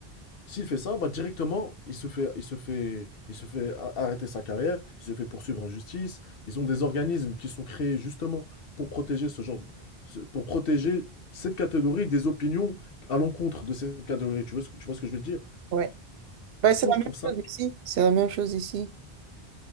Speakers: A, on the left (about 65°); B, on the right (about 70°).
A: s'il fait ça, bah directement, il se fait, il se fait, il se fait a- arrêter sa carrière, il se fait poursuivre en justice. Ils ont des organismes qui sont créés justement pour protéger ce genre, de- ce- pour protéger cette catégorie des opinions à l'encontre de cette catégorie. Tu vois ce, que- tu vois ce que je veux dire?
B: Ouais. Ben,
A: Du
B: c'est
A: coup,
B: la
A: je
B: même
A: trouve ça,
B: chose ici. C'est la même chose ici.